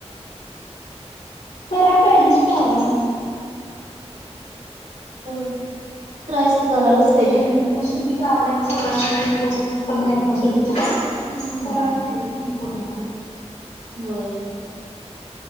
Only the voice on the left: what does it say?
कराय पाहिजेस पोरांनी.
आता ह्यांच्या सुविधा आल्यात सगळ्या व्यवस्थित पण नाही का सुविधा,
कराय पाहिजे थोडं फार.